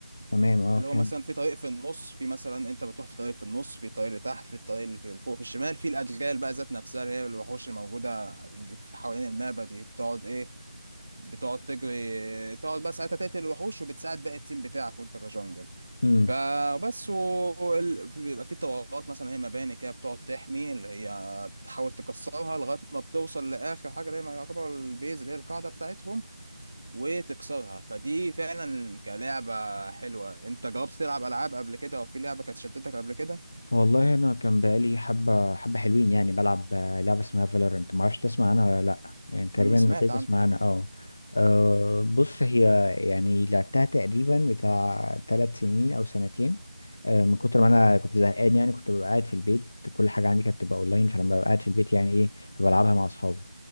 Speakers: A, on the left; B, on the right.
A: تمام اه
B: اللي
A: فهمت
B: هو مثلا في طريق في النص في مثلا انت بتروح في طريق في النص في طريق لتحت في الطريق اللي في فوق في الشمال في الادغال بقى ذات نفسها اللي هي الوحوش الموجوده في حوالين المابا دي بتقعد ايه بتقعد تجري تقعد بقى ساعتها تقتل الوحوش وبتساعد باقي التيم بتاعك وانت كجنجل
A: مم.
B: فبس و- وال- بيبقى في طوارات مثلا هي مباني كده بتقعد تحمي اللي هي بتحاول تكسرها لغايه ما بتوصل لاخر حاجه اللي هي ما يعتبر البيز اللي هي القاعده بتاعتهم وتكسرها فدي فعلا كلعبه حلوه انت جربت تلعب العاب قبل كده او في لعبه كانت شدتك قبل كده
A: والله انا كان بقالي حبه حبه حلوين يعني بلعب آه، لعبه اسمها فالورنت ما اعرفش تسمع عنها ولا لا يعني تقريبا
B: امم سمعت
A: كنت
B: عنها
A: تسمع عنها اه آه، بص هي يعني لعبتها تقريبا بتاع ثلاث سنين او سنتين آه، من كتر ما انا كنت زهقان يعني كنت ببقى قاعد في البيت كل حاجه عندي كانت تبقى اونلاين فلما ببقى قاعد في البيت يعني ايه بلعبها مع اصحابي